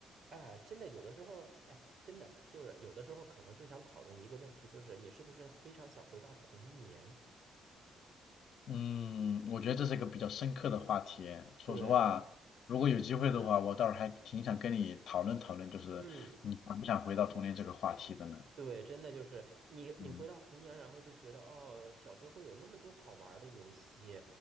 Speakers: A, on the right; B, on the left.
A: 哎，真的有的时候，哎，真的就是有的时候可能就想讨论一个问题，就是你是不是非常想回到童年？
B: 嗯，我觉得这是一个比较深刻的话题。说实话，
A: 对，
B: 如果有机会的话，我倒是还挺想跟你讨论讨论，就是你想不想回到童年这个话题的呢？
A: 嗯，对，真的就是你你回到童年，
B: 嗯。
A: 然后就觉得哦，小时候会有那么多好玩儿的游戏。